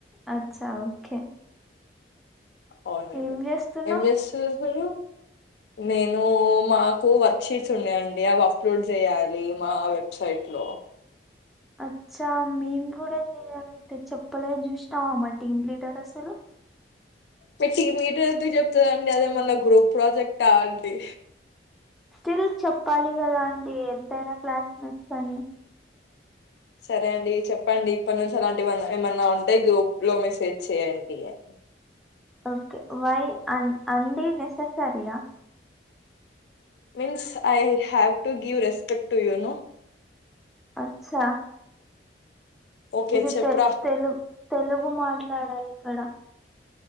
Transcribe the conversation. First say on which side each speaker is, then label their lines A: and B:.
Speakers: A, in the centre; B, on the left.
A: అచ్చా ఓకే
B: అవునండి
A: ఏం చేస్తున్నావ్
B: ఎం చేస్తున్నావ్ హలో నేను మాకు వర్క్ షీట్స్ ఉన్నాయండి అవి అప్లోడ్ చేయాలి మా వెబ్సైట్లో
A: అచ్చా మేము కూడా చేయాలయితే చెప్పలేదు చూసినావా మా టీమ్ లీడర్ అసలు
B: మీ టీం లీడర్ ఎందుకు చెప్ తే అండి అదేమన్నా గ్రూప్ ప్రాజెక్ట్ క అండి
A: స్టిల్ చెప్పాలి కదా అండి ఎంతైనా క్లాస్ మేట్స్ అని
B: సరే అండి చెప్పండి ఇప్పటి నుంచి అలాంటివన్న ఏమన్నా ఉంటాయి గూఫ్ లో మెసేజ్ చేయండి అని
A: ఓకే వై ఆ అండి నెస్ సరియా
B: means I have to give respect to you no
A: అచ్చా
B: ఓకే
A: ఇది
B: చెప్పురా
A: తె తెలు తెలుగు మాట్లాడాలి ఇక్కడ